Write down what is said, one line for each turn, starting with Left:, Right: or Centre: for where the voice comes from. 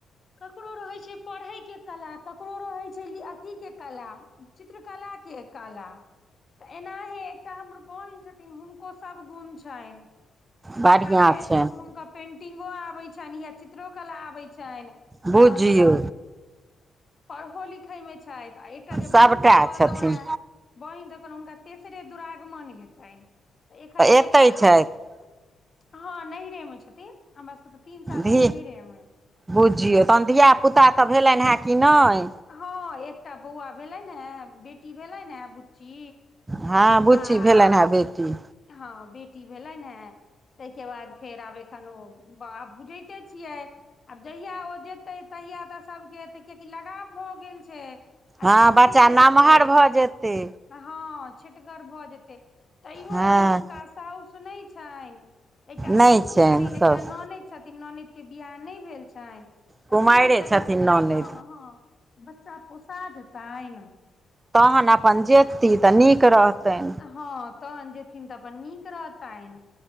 Left: ककरो रहै छै पढ़े के कला ककरो रहै छै अथी के कला चित्रकलाके कला तऽ एना है एक हमर बहिन छथिन हुनको सभ गुण छनि
Right: बढ़िआँ
Left: हुनका पेु
Right: छनि
Left: पेंटिंगो आबै छनि या चित्रो कला आबै छनि
Right: बुझियौ
Left: तहन सभ पढ़ो लिखे मे छथि आ एकटा जे
Right: सभटा
Left: बहिन तऽ कहलहु
Right: छथिन
Left: हे बहिन दऽ हुनका तेसरे दुरागमन हेतनि तऽ एखन एकटा
Right: एतै छथि
Left: हँ नै मे छथिन हम बसके तऽ तीन साल
Right: धी
Left: तक नहिरे मे
Right: बुझियौ तहन धियापुता तऽ भेलनि हे कि नहि
Left: ह, एकटा बौआ भेलै ने बेटी भेलै ने बुच्ची
Right: ह, बूचि
Left: आ
Right: भेल बेटी।
Left: हँ, बेटी भेलै हेन ताहिके बाद फेर आब एखन ओ बुझैते छियै आब जहिया ओ ज तै तहिय तऽ सभकेते कियकि लगाव भऽ गेल छै आ
Right: हँ
Left: तेसरे
Right: बच्चा
Left: हेतै
Right: नमहर भऽ जेतै।
Left: ह, छिटगर भऽ जेतै त इयो
Right: हँ
Left: एतऽ हुनका साउ सुनैत छनि एकटा ससुर
Right: नहि छनि
Left: छथिन, एकटा
Right: साउस
Left: ननदि छथिन ननदि के बियाह नहि भेल छनि
Right: कुमारिए
Left: तऽ ई हेतनि
Right: छथिन ननदि
Left: ह, ह बच्चा पोसा जेतनि
Right: तहन अपन जेती तऽ नीक रहत थे।
Left: हँ तहन जेथिन तऽ अपन नीक रहतै